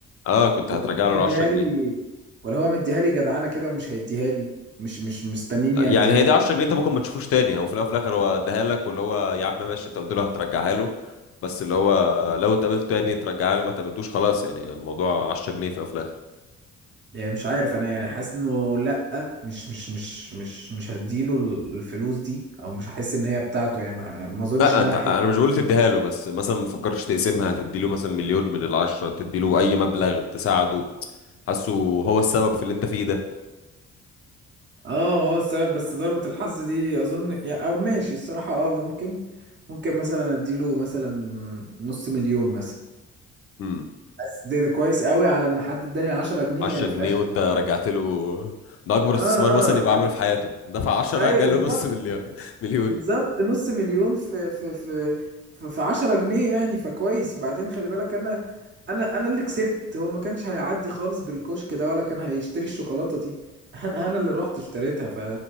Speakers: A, on the left; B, on the right.
A: اه كنت
B: ولا
A: هترجع
B: هو
A: له ال
B: مديها
A: 10 جنيه
B: لي ولا هو مديها لي جدعانه كده ومش هيديها لي مش مش مستنيني
A: يعني
B: اديها
A: هي دي
B: له
A: 10 جنيه انت ممكن ما تشوفوش تاني هو في الاول وفي الاخر هو اداها لك واللي هو يا عم ماشي انت قلت له هترجعها له بس اللي هو لو اتقابلت تاني ترجعها له ما اتقابلتوش خلاص يعني الموضوع 10 جنيه في الاول وفي الاخر
B: يعني مش عارف انا يعني حاسس انه لا مش مش مش مش مش هديله الفلوس دي او مش هحس ان هي بتاعته يعني ما ما اظنش
A: لا
B: ان
A: انت
B: انا
A: انا
B: هحس
A: مش بقول تديها له بس مثلا ما تفكرش تقسمها تدي له مثلا مليون من العشرة تدي له اي مبلغ تساعده حاسه هو السبب في اللي انت فيه ده
B: اه ما هو السبب بس ضربة الحظ دي اظن يا- او ماشي الصراحة اه ممكن ممكن مثلا اديله مثلا نص مليون مثلا
A: امم
B: بس ده, ده كويس قوي على ان حد اداني 10 جنيه
A: 10
B: يعني
A: جنيه
B: في الاخر
A: وانت رجعت له ده اكبر استثمار
B: اه
A: مثلا
B: اه
A: يبقى
B: رج...
A: عامله في حياته دفع 10
B: ايوه
A: جاله
B: بالظبط
A: نص مليون <laughs> مليون
B: بالظبط نص مليون في في في في, في 10 جنيه يعني فكويس وبعدين خلي بالك انا انا انا اللي كسبت هو ما كانش هيعدي خالص بالكشك ده ولا كان هيشتري الشوكولاتة دي <laughs> انا انا اللي رحت اشتريتها ف